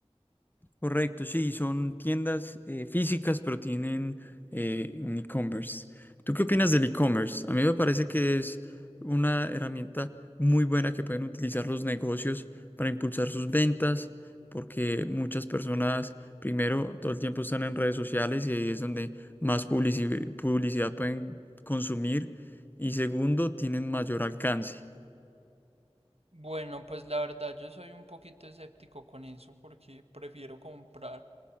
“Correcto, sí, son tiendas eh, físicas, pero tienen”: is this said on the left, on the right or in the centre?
Left